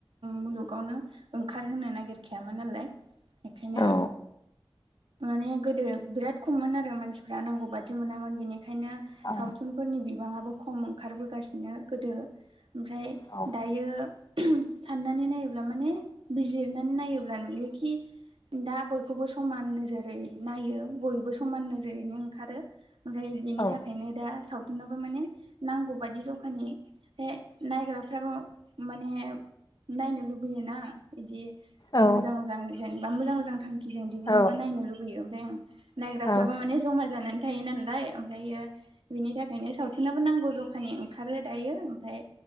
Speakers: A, on the right (about 85°); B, on the left (about 45°).
A: मुलुगावनो ओंखारहोनो नागिरखायामोन नालाय बेखायनो
B: औ
A: माने गोदो बिराद खममोन आरो मानसिफ्रा नांगौ बादि मोनामोन बेनिखायनो
B: औ
A: सावथुनफोरनि बिबाङाबो खम ओंखारबोगासिनो गोदो ओमफ्राय
B: औ
A: दायो साननानै नायोब्ला माने बिजिरनानै नायोब्ला नुयोखि दा बयखौबो समान नोजोरै नायो बयबो समान नोजोरैनो ओंखारो ओमफ्राय बिनि
B: औ
A: थाखायनो दा साव थुनाबो माने नांगौ बायदि जखानि बे नायग्राफ्राबो माने नायनो लुबैयोना बिदि
B: औ
A: मोजां मोजां जेनबा मोजां मोजां थांखि जों दिहुनोबा
B: औ
A: नायनो लुबैयो ओमफ्राय नायग्राफ्राबो
B: औ
A: मान जमा जानानै थायो नालाय ओमफ्रायो बिनि था खायनो सावथुनाबो नांगौ जखानि ओंखारो दायो ओमफफ्राय